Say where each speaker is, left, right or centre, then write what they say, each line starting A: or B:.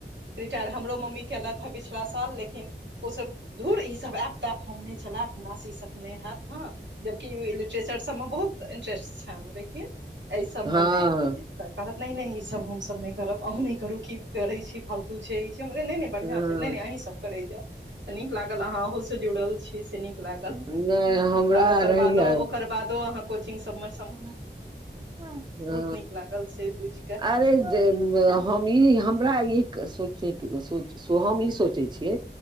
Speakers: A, on the right; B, on the right.
A: रिटायर हमरो मम्मी केलथि हें पिछला साल लेकिन ओसभ धूर ई सभ ऐप तेप हम नय चलेऽब हमरा से ईसभ नय हेऽत हँ जबकि लिटरेचर सभ मे बहुत इंट्रेस्ट छनि लेकिन एहि सबमे
B: हँ
A: नहि तऽ कहत नहि नहि ईसभ हमसभ नय करब अहूँ नय करू कि करै छी फालतू छै ई छै नय नय बढ़ियां
B: हँ
A: छै नय अहीं सभ करेय जाउ तऽ नीक लागल अहाँ ओहु से जुड़ल छी से निक लागल
B: नहि हमरा
A: आर ओकर
B: रहैया
A: बादो ओकर बादो अहाँ कोचिंग सभ मे
B: हँ
A: नीक लागल से बुझि कऽ
B: अरे जे हम ई हमरा ईक सोचै के सोच हम ई सोचै छियै